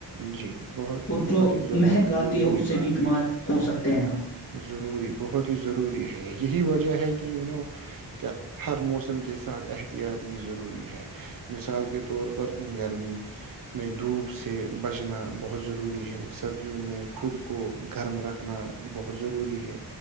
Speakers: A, on the right; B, on the left.
A: جی بہت
B: اور
A: بہت
B: جو
A: ہی ضروری
B: مہک آتی
A: ضروری
B: ہے اس سے
A: بات
B: بھی بیمار
A: ہے
B: ہو سکتے ہیں ہم
A: ضروری بہت ہی ضروری ہے یہی وجہ ہے کہ ی نو کیا ہر موسم کے ساتھ احتیاط بھی ضروری ہے مثال کے طور پر گرمی میں دھوپ سے بچنا بہت ضروری ہے سردیوں میں خود کو گرم رکھنا بہت ضروری ہے